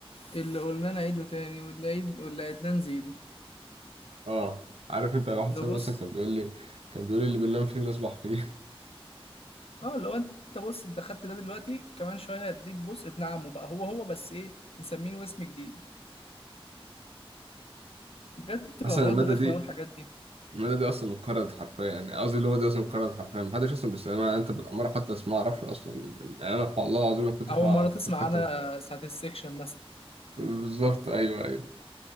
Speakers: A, on the left; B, on the right.
A: اللي قلنا نعيده تاني واللي عيد واللي عيدناه نزيده
B: اه عارف انت واحد صاحبي
A: ده بص
B: اصلا كان بيقول لي كان بيقول لي اللي بننام فيه بنصبح فيه
A: اه لو انت بص انت خدت ده دلوقتي كمان شوية هديك بص ابن عمه بقى هو هو بس ايه مسمينه اسم جديد بجد
B: <laughs>
A: بتبقى
B: اصلا
A: مواد
B: الماده
A: رخمة
B: دي
A: قوي الحاجات دي
B: الماده دي اصلا انقرضت حرفيا يعني قصدي اللغه دي اصلا انقرضت حرفيا محدش اصلا بيستخدمها يعني انت بالاماره حتى اسمها ما اعرفش اصلا يعني انا والله العظيم ما كنتش
A: أول
B: عا-
A: مرة
B: ما
A: تسمع
B: كنتش حتى
A: عنها ساعة السكشن مثلا
B: بالظبط ايوه ايوه